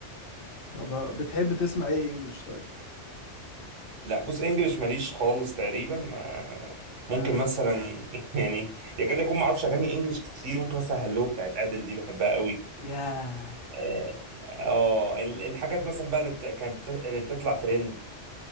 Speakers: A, on the left (about 55°); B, on the right (about 80°).
A: طب ه- بتحب تسمع ايه انجلش طيب
B: لا بص انجلش ماليش خالص تقريبا ما ممكن
A: اه
B: مثلا <laughs> يعني يكاد يكون ما اعرفش اغاني انجلش كتير ممكن مثلا هلو بتاعت ادل دي بحبها قوي
A: ياه
B: اه آه، ال- الحاجات مثلا بقى اللي بت- كانت بت- اللي بتطلع ترند